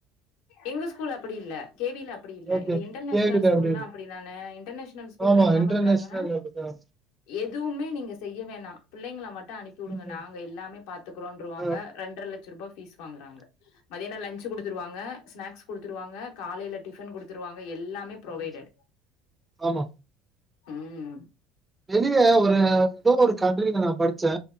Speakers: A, on the left; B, on the right.
A: எங்க ஸ்கூல் அப்டி இல்ல கே வி ல அப்டி இல்ல
B: ஓகே
A: இந்த இன்டர்நேஷனல்
B: கேவில
A: ஸ்கூல்லா
B: அப்படி இருக்கு
A: அப்டித்தானே இன்டர்நேஷனல் த ஸ்கூல்ல
B: ஆமா
A: என்ன
B: இன்டர்நேஷனல்
A: பண்றாங்கன்னா
B: அப்படிதான்
A: எதுவுமே நீங்க செய்ய வேணா பிள்ளைங்கலா மாட் டோ அனுப்பி விடுங்க
B: ம்,
A: நாங்க எல்லாமே பாத்துக்குறோம் அப்டின்றுவாங்க
B: ஆ,
A: இரண்டரை லட்ச ரூப பீஸ் வாங்குறாங்க மதியம் லஞ்ச் குடுத்துருவாங்க ஸ்நாக்ஸ் குடுத்துருவாங்க காலையில டிஃபன் குடுத்துருவாங்க எல்லாமே ப்ரொவைடட்
B: ம். ஆமா
A: உம்
B: வெளியே ஒரு ஏதோ ஒரு கண்ட்ரில நா படிச்சே